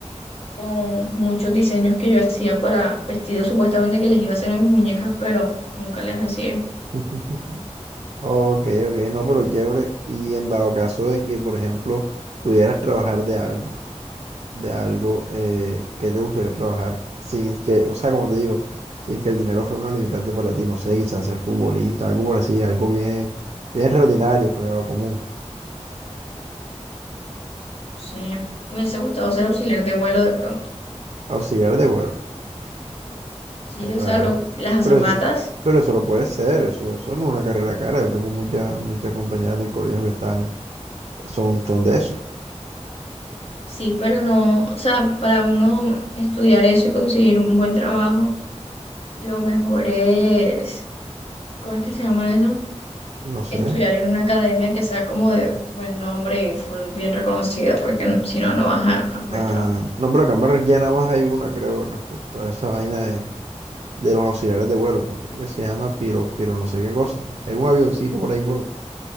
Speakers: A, on the left; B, on the right.
A: con muchos diseños que yo hacía para vestidos supuestamente que les iba a hacer a mis muñecas, pero nunca les hacía. No
B: <laughs> Ok, ok, no, pero chévere. Y en dado caso de que, por ejemplo, pudieras trabajar de algo. de algo eh, que te gustaría trabajar sin que, o sea, como te digo, sin que el dinero fuera una limitante para ti, no sé, quizás ser futbolista, algo por así, algo bien, bien extraordinario, fuera de lo común.
A: sé, me hubiese gustado ser auxiliar de vuelo de pronto.
B: Auxiliar de vuelo,
A: Sí,
B: qué raro,
A: o sea, lo- las azafatas,
B: pero eso, pero eso lo puede ser, eso, eso no es una carrera cara, yo tengo muchas, muchas compañeras del colegio que están, son, son de eso,
A: sí, pero no, o sea, para uno estudiar eso y conseguir un buen trabajo, lo mejor es, ¿cómo es que se llama eso?
B: no sé.
A: Estudiar en una academia que sea como de buen nombre y full bien reconocida, porque n- si no, no vas a, a poder
B: Ah,
A: trabajo.
B: no, pero acá en Barranquilla nada más hay una, creo, respecto a esa vaina de de los auxiliares de vuelo, pues creo que se llama Piro, Piro no sé qué cosa. Hay un avioncito por ahí por,